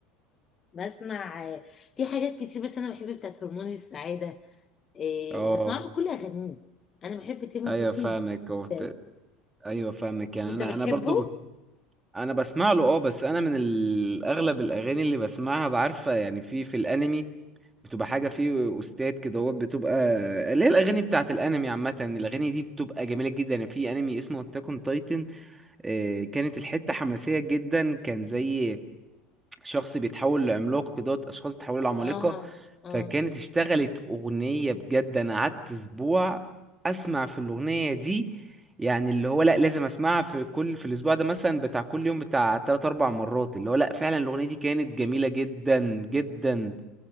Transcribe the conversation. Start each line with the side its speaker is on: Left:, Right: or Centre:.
Left: بسمع آه، في حاجات كتير بس انا بحب بتاعت هرمون السعاده آه،
Right: اه
Left: بسمعها بكل اغانيه انا بحب تامر
Right: ايوه
Left: حسني
Right: فاهمك
Left: جدا
Right: وبت... ايوه فاهمك يعني
Left: وانت
Right: انا
Left: بتحبه
Right: انا برضو ب... انا بسمع له اه بس انا من ال- اغلب الاغاني اللي بسمعها بعارفه يعني في في الانمي بتبقى حاجه فيه استاذ كده هو بتبقى اللي هي الاغاني بتاعه الانمي عامه الاغاني دي بتبقى جميله جدا يعني في انمي اسمه اتاك اون تايتن كانت الحته حماسيه جدا كان زي شخص بيتحول لعملاق كده اشخاص بيتحولوا لعمالقه
Left: اه اه
Right: فكانت اشتغلت اغنيه بجد انا قعدت اسبوع اسمع في الاغنيه دي يعني اللي هو لا لازم اسمعها في كل في الاسبوع ده مثلا بتاع كل يوم بتاع 3 4 مرات اللي هو لا فعلا الاغنيه دي كانت جميله جدا جدا